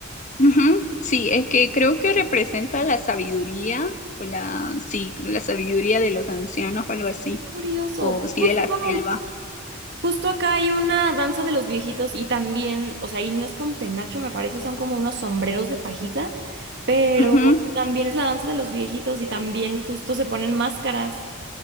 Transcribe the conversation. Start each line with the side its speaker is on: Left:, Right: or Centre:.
Left: Ujú, Sí, es que creo que representa la sabiduría o la, sí, la sabiduría de los ancianos o algo así,
Right: Qué curioso.
Left: o sí
Right: Justo,
Left: de la selva.
Right: justo acá hay una danza de los viejitos y también, o sea, y no es con penacho, me parece, son como unos sombreros de pajita, pero
Left: Ujú.
Right: también es la danza de los viejitos y también justo se ponen máscaras.